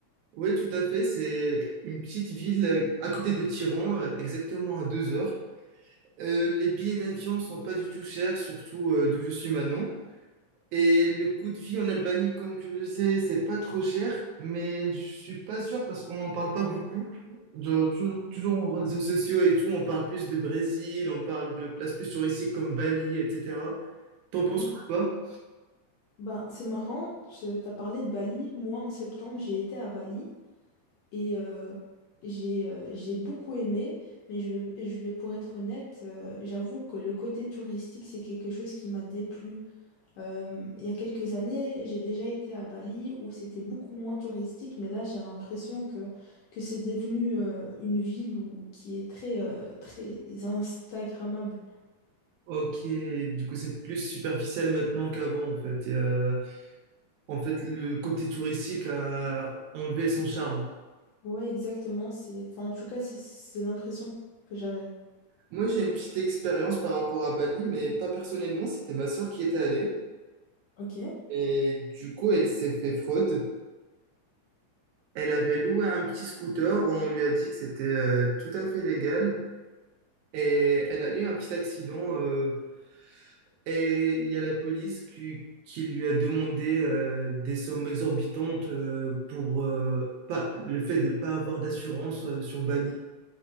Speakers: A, on the right; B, on the left.
A: Oui, tout à fait. C'est une petite ville euh, à côté de Tiran, euh, exactement à deux heures. Euh, les billets d'avion sont pas du tout chers, surtout euh, d'où je suis maintenant. Et le coût de vie en Albanie, comme tu le sais, c'est pas trop cher, mais je suis pas sûr parce qu'on n'en parle pas beaucoup. Genre, tou- toujours, en réseaux sociaux et tout, on parle plus de Brésil, on parle de places plus touristiques comme Bali, etc. T'en penses
B: Oui.
A: quoi, toi?
B: Ben, c'est marrant, tu as parlé de Bali. Moi, en septembre, j'ai été à Bali. Et euh, j'ai euh, j'ai beaucoup aimé, mais je, je vais pour être honnête, euh, j'avoue que le côté touristique, c'est quelque chose qui m'a déplu. Euh, il y a quelques années, j'ai déjà été à Bali où c'était beaucoup moins touristique, mais là, j'ai l'impression que, que c'est devenu euh, une ville où, qui est très, euh, très Instagrammable.
A: Ok, du coup, c'est plus superficiel maintenant qu'avant, en fait. Et, euh, en fait, le côté touristique a enlevé son charme.
B: Ouais, exactement. C'est, enfin, en tout cas, c'est c'est l'impression que j'avais.
A: Moi, j'ai une petite expérience par rapport à Bali, mais pas personnellement, c'était ma sœur qui était allée.
B: Ok.
A: Et du coup, elle s'est fait fraude. Elle avait loué un petit scooter, on lui a dit que c'était euh, tout à fait légal et elle a eu un petit accident euh, et il y a la police qui, qui lui a demandé euh, des sommes exorbitantes euh, pour euh, pas, le fait de ne pas avoir d'assurance euh, sur Bali.